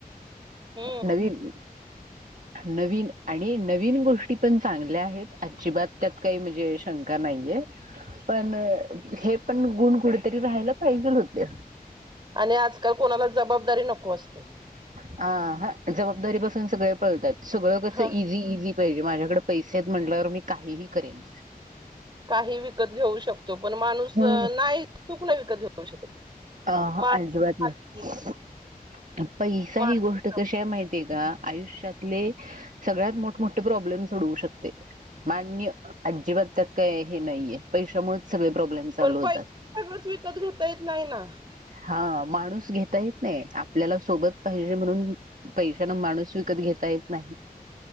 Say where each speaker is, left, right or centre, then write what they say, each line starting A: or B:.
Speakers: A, on the right; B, on the right.
A: हम्म
B: नवीन नवीन आणि नवीन गोष्टी पण चांगल्या आहेत. अजिबात त्यात काही म्हणजे शंका नाहीये पण हे पण गुण कुठेतरी राहायला पाहिजेल होते.
A: आणि आजकाल कोणाला जबाबदारी नको असते.
B: अं हं जबाबदारीपासून सगळे पळताय. सगळं कसं
A: ह
B: इझी- इझी.. पाहिजे माझ्याकडे पैसेत.. म्हटलं वर मी काहीही करेन.
A: काही विकत घेऊ शकतो पण माणूस
B: हम्म
A: नाही चुक नाही विकत घेऊ.. होू शकत <unintelligible>
B: अं हं
A: मानसिक
B: अजिंबात
A: शांती
B: नाही. अ पईसा
A: मानसिक
B: ही गोष्ट कशी आहे माहितीय का? आयुष्यातले सगळ्यात मोठमोठे प्रॉब्लेमस सोडवू शकते मान्य अजिबात त्यात काय हे नाहीये पैशामुळेच.. सगळे प्रॉब्लेम चालू
A: पण
B: होतात.
A: पैसे सगळंच विकत घेता येत नाही ना?
B: हा, माणूस घेता येत नाहीये का? आपल्याला सोबत पाहिजे म्हणून पैशानं माणूस विकत घेता येत नाही.